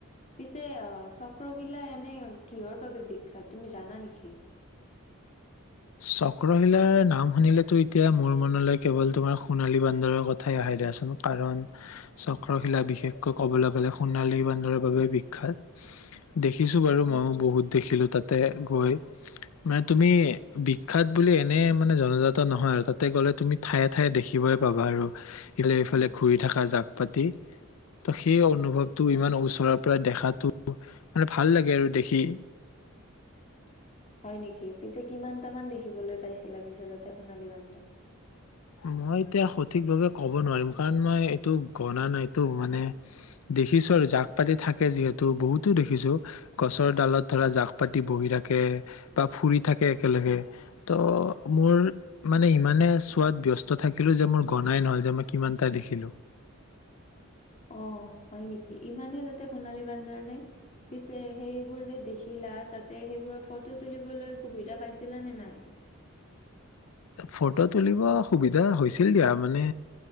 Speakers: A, on the left; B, on the left.
A: পিছে অ চক্ৰশিলা এনে কিহৰ বাবে বিখ্যাত তুমি জানা নেকি
B: চক্ৰশিলাৰ নাম শুনিলেতো এতিয়া মোৰ মনলৈ কেৱল তোমাৰ সোণালী বান্দৰৰ কথাই আহে দিয়াচোন কাৰণ চক্ৰশিলা বিশেষকৈ ক'বলৈ গ'লে সোণালী বান্দৰৰ বাবে বিখ্যাত দেখিছোঁ বাৰু
A: অ',
B: ময়ো বহুত দেখিলোঁ তাত তে গৈ মানে তুমি বিখ্যাত বুলি এনে মানে জনজাত নহয় আৰু তাতে গ'লে তুমি ঠায়ে ঠায়ে দেখিবয়ই পাবা আৰু ইফালে সিফালে
A: অ,
B: ঘূৰি থকা যাক পাতি ত' সেই অনুভৱটো ইমান ওচৰত প্ৰায় দেখাটো মানে ভাল লাগে আৰু দেখি
A: হয় নেকি পিছে কিমানটামান দেখিবলৈ পাইছিলা পিছে তাতে সোণালী বান্দৰ
B: মই এতিয়া সঠিক ভাবে ক'ব নোৱাৰিম কাৰণ মই এইটো গনা নাইতটো মানে দেখিছো আৰু জাক পাতি থাকে যিহেতু বহুতো দেখিছো গছৰ
A: অ',
B: ডালত ধৰা জাক পাতি বহি থাকে বা ফুৰি থাকে একেলগে তো মোৰ মানে ইমানে খোৱাত ব্যস্ত থাকিলোঁ যে মোৰ গনাই নহ'ল যে মই কিমানটা দেখিলোঁ
A: অ হয় নেকি ইমানেই তাতে সোণালী বান্দৰ নে পিছে সেইবোৰ যে দেখিলা তাতে সেইবোৰৰ ফটো তুলিবলৈ সুবিধা পাইছিলা নে নাই?
B: ফটো তুলিব সুবিধা হৈছিল দিয়া মানে